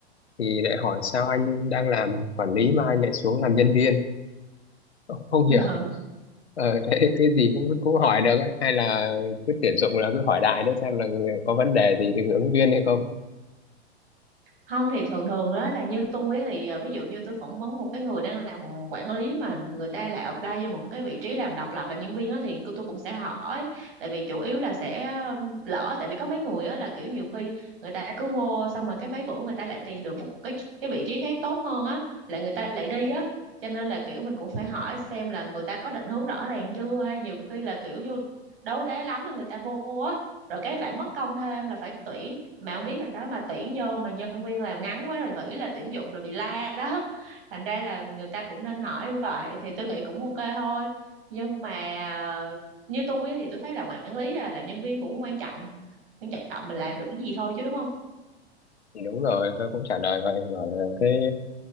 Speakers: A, on the left (about 70°); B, on the right (about 55°).
A: thì lại hỏi sao anh đang làm quản lý mà anh lại xuống làm nhân viên không hiểu
B: <laughs>
A: ờ thế cái gì cũng cũng hỏi được ấy. hay là cứ tuyển dụng là cứ hỏi đại đấy xem là có vấn đề gì từ ứng viên hay không
B: không thì thường thường đó là như tôi á thì à, ví dụ như tôi phỏng vấn một cái người đang làm quản lý mà người ta lại apply vô một cái vị trí làm độc lập làm nhân viên á thì cô- tôi cũng sẽ hỏi tại vì chủ yếu là sẽ um, lỡ tại vì có mấy người á là kiểu nhiều khi người ta cứ vô xong mà cái mấy bữa người ta lại tìm được một cái cái vị trí khác tốt hơn á lại người ta lại đi á cho nên là kiểu mình cũng phải hỏi xem là người ta có định hướng rõ ràng chưa hay nhiều khi là kiểu như đấu đá lắm rồi người ta vô á rồi cái lại mất công thêm là phải tuyển mà không biết rồi đó mà tuyển vô mà nhân viên làm ngắn quá rồi nghĩ là tuyển dụng rồi bị la đó thành ra là người ta cũng nên hỏi vậy thì tôi nghĩ cũng ok thôi nhưng mà ờ, như tôi á thì tôi thấy làm quản lý hay là làm nhân viên cũng quan trọng quan trọng mình làm được cái gì thôi chứ đúng không
A: thì đúng rồi tôi cũng trả lời vậy bảo là cái